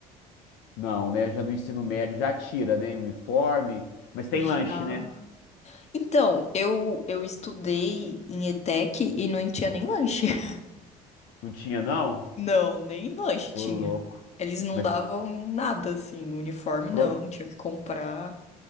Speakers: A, on the left; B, on the left.
A: Não, né? Já no ensino médio já tira, né? Uniforme. Mas tem
B: Já.
A: lanche, né?
B: Então, eu, eu estudei em ETEC e não tinha nem lanche. <laughs>
A: Não tinha, não?
B: Não, nem lanche tinha.
A: Ô, louco.
B: Eles não
A: Mas
B: davam nada, assim, uniforme
A: pro-
B: não, tinha que comprar.